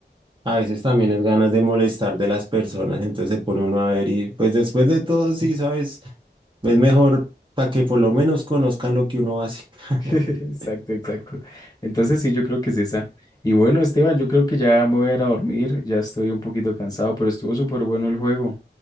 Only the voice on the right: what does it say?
A veces también es ganas de molestar de las personas, entonces se pone uno a ver y pues después de todo, sí, ¿sabes? Es mejor para que por lo menos conozcan lo que uno hace. <laughs>